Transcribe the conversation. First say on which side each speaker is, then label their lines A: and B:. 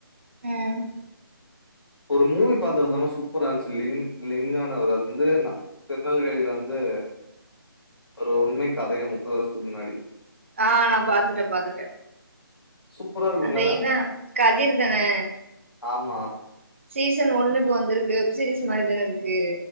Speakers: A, on the right; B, on the left.
A: ம்
B: ஒரு மூவி பாத்தறந்தமா சூப்பரான்ச்சு லிங் லிங்கானு வரு அது வந்து நா திருநெல்வேலில வந்து ஒரு உண்மை கதைய முப்பது வர்ஷத்துக் முன்னாடி
A: ஆ நா பாத்துட்ட பாத்துட்டே
B: சூப்பரா இருக்கும்ல
A: அந்த இவ கதிர் தானே
B: ஆமா
A: சீசன் ஒன்னு இப்போ வந்திருக்கு வெப்சீரிஸ் மாரிதான இருக்கு